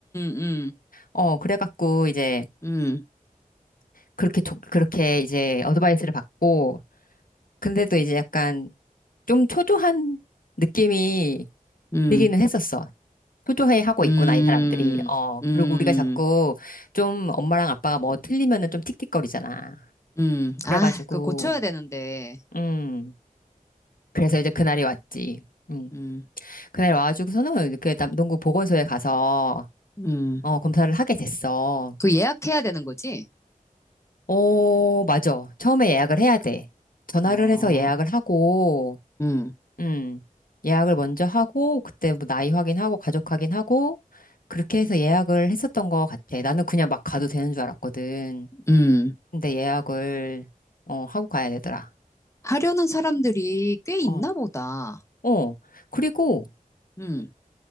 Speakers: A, on the left; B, on the left.
A: 음,
B: 어, 그래갖고 이제
A: 음,
B: 그렇게 조, 그렇게 이제 어드바이스를 받고 근데도 이제 약간 좀 초조한 느낌이
A: 음,
B: 들기는 했었어. 초조해 하고
A: 음,
B: 있구나, 이 사람들이. 어,
A: 음, 음,
B: 그리고 우리가 자꾸 좀 엄마랑 아빠가 뭐 틀리면은 좀 틱틱거리잖아.
A: 음.
B: 그래가지고,
A: 아, 그거 고쳐야 되는데.
B: 음, 그래서 이제 그날이 왔지. 음,
A: 음,
B: 그날 와가지고서는 이렇게 남동구 보건소에 가서,
A: 음.
B: 어, 검사를 하게 됐어.
A: 그 예약해야 되는 거지?
B: 어, 맞아. 처음에 예약을 해야 돼. 전화를
A: 어,
B: 해서 예약을 하고,
A: 음,
B: 음, 예약을 먼저 하고, 그때 뭐 나이 확인하고, 가족 확인하고, 그렇게 해서 예약을 했었던 것 같아. 나는 그냥 막 가도 되는 줄 알았거든.
A: 음.
B: 근데 예약을, 어, 하고 가야 되더라.
A: 하려는 사람들이 꽤 있나
B: 어,
A: 보다.
B: 어. 그리고
A: 음,